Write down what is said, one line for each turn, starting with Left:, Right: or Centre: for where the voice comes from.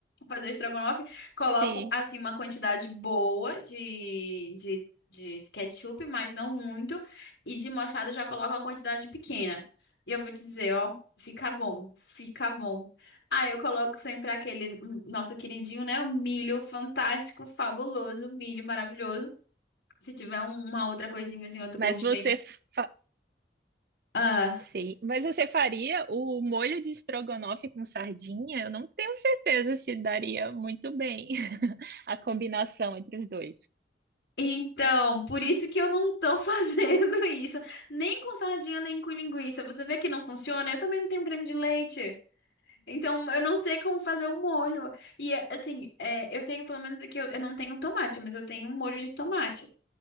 Left: Fazer estrogonofe, coloco,
Right: Sim,
Left: assim, uma quantidade boa de, de, de ketchup, mas não muito. E de mostarda eu já coloco uma quantidade pequena. E eu vou te dizer, ó, fica bom, fica bom. Ah, eu coloco sempre aquele hum, nosso queridinho, né? O milho fantástico, fabuloso, milho maravilhoso. Se tiver um- uma outra coisinha assim, outro
Right: mas
Left: condimento.
Right: você fa-
Left: Ah,
Right: Sim, mas você faria o molho de estrogonofe com sardinha? Eu não tenho certeza se daria muito bem <laughs> a combinação entre os dois.
Left: então, por isso que eu não tô <laughs> fazendo isso. Nem com sardinha, nem com linguiça. Você vê que não funciona? Eu também não tenho creme de leite. Então, eu não sei como fazer o molho. E, é, assim, é, eu tenho, pelo menos aqui, eu, eu não tenho tomate, mas eu tenho um molho de tomate.